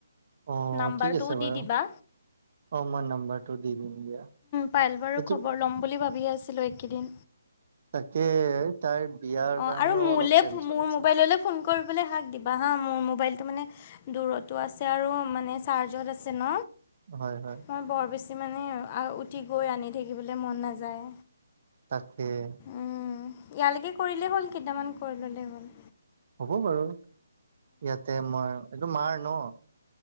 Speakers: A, on the right (about 50°); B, on the left (about 25°).
A: অ
B: নাম্বাৰটোও
A: ঠিক আছে বাৰু
B: দি দিবা।
A: অ মই নাম্বাৰটো দি দিম দিয়া সেইটো-
B: পায়েল বাৰু খবৰ ল'ম বুলি ভাবিয়ে আছিলোঁ এইকেইদিন
A: তাকে- তাইৰ বিয়াৰ
B: অ
A: কাৰণেও
B: আৰু মোলে
A: অলপ টেনচন
B: মোৰ
A: আছে
B: মোবাইললৈ ফোন কৰিবলৈ হাক দ বা হা মোৰ মোবাইলটো মানে দূৰতো আছে আৰু মানে চাৰ্জত আছে। ন
A: হয় হয়
B: মই বৰ বেছি মানে উঠি গৈ আনি থাকিবলৈ- মন নাযায়
A: তাকে
B: উম ইয়ালৈকে- কৰিলেই হ'ল কেইটামান কৰি ল'লেই হ'ল
A: হ'ব বাৰু ইয়াতে মই এইটো মাৰ ন